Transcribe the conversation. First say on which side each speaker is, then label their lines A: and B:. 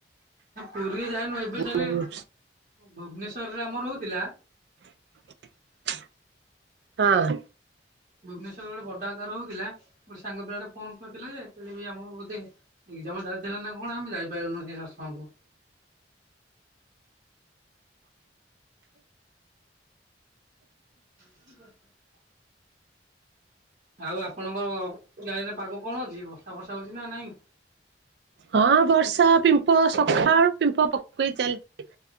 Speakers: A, on the right (about 50°); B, on the right (about 65°).
A: ପୁରୀରେ ଯାଏନୁ ଏବେ ଥରେ
B: ହଁ ଉଁ,
A: ଭୁବନେଶ୍ଵରରେ ଆମର ହଉଥିଲା।
B: <inaudible> ହଁ।
A: ଭୁବନେଶ୍ୱଵର ଗୋଟେ ବଡା ଆର ହଉଥିଲା ଗୋଟେ ସାଙ୍ଗ ପିଲାେ ଫୋନ କରିଥିଲା ଯେଲେ ବି ଆମର ବୋଧେ ଏଜାମ ଚାଲିଥିଲା ନା କଣ ଆମେ ଯାଇପାରିଲୁନି ସେ ସତସଙ୍ଗକୁ। <unintelligible> ଆଉ ଆପଣଙ୍କ ଗାଁରେ ପାଗ କଣ ଅଛି ବର୍ଷା ବର୍ଷା ହଉଛି ନା ନାଇଁ?
B: ହଁ ବର୍ଷା ପିମ୍ପ ସକାଳୁ ପିମ୍ପ ପକେଇ ଚାଲିଛି।